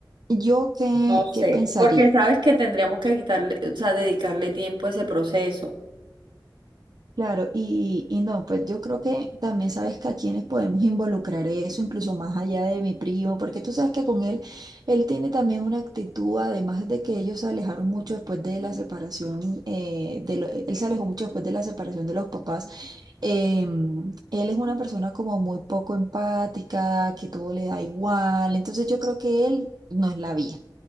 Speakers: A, on the right; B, on the right.
A: ¿yo qué,
B: no sé,
A: qué pensaría?
B: porque sabes que tendríamos que quitarle, o sea, dedicarle tiempo a ese proceso.
A: Claro, y, y no, pues yo creo que también sabes que a quienes podemos involucrar eso, incluso más allá de mi primo, porque tú sabes que con él, él tiene también una actitud, además de que ellos se alejaron mucho después de la separación, eh, de lo- él se alejó mucho después de la separación de los papás. Eh, él es una persona como muy poco empática, que todo le da igual, entonces yo creo que él no es la vía.